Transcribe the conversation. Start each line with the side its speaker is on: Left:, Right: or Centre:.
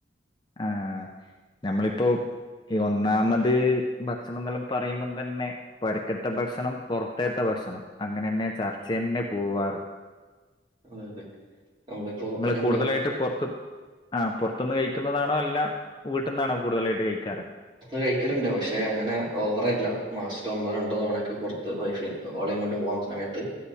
Left: ആഹ നമ്മളിപ്പോൊ ഒ ഒന്നാമത് ഭക്ഷണംന്തെല്ലാം പറയുമ്പോൾ തന്നെ പരക്കത്ത ഭക്ഷണം പുറത്തത്തെ ഭക്ഷണം അങ്ങനെ തന്നെ ചർച്ച തന്നെ പോവാറ്
Right: അതെ അതെ നമ്മളിപ്പോ
Left: നിങ്ങള്
Right: ഏതെങ്കിലും
Left: കൂടുതലായിട്ട്
Right: ഡോ-
Left: പുറത്തും ആ പുറത്തുനിന്ന് കഴിക്കുന്നതാണോ അല്ല വീട്ടിൽന്നാണോ കൂടുതലായിട്ട് കഴിക്കാറ്
Right: കഴിക്കറുണ്ട് പക്ഷെ അങ്ങനെ ഓവറല്ല മാസത്തില ഒന്നോ രണ്ടോ തവണയൊക്കെ പുറത്ത് വൈഫി ഓളയും കൊണ്ട് പോ സമയത്ത്